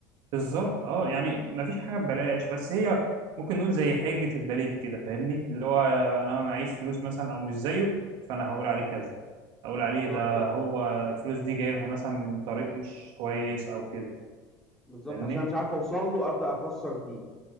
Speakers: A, on the right; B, in the centre.
A: بالظبط اه يعني مفيش حاجه ببلاش بس هي ممكن نقول زي حجه البليد كده فاهمني اللي هو انا ما معيش فلوس مثلا او مش زيه فانا هقول عليه كذا هقول عليه
B: بالظبط
A: ده هو الفلوس دي جايبها مثلا من طريق مش كويس او كده
B: بالظبط
A: فاهمني
B: عشان مش عارف اوصل له ابدا اكسر فيه